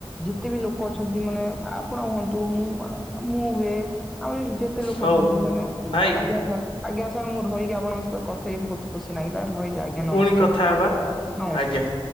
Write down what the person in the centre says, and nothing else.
ଯେତେ ବି ଲୋକ ଅଛନ୍ତି ମାନେ ଆ-ଆପଣ ହୁଅନ୍ତୁ ମୁଁ ଆ ମୁଁ ହୁଏ ଆହୁରି ଯେତେ ଲୋକ
ଅଛନ୍ତି ମାନେ
ଆଜ୍ଞା ସାର୍ ଆଜ୍ଞା ସାର୍ ମୁଁ ରହିକି ଆପଣଙ୍କ ସହିତ କଥା ହେଇ ବହୁତ ଖୁସି ଲାଗିଲା ରହିଲି ଆଜ୍ଞା ନମସ୍ତେ।
ନମସ୍କାର।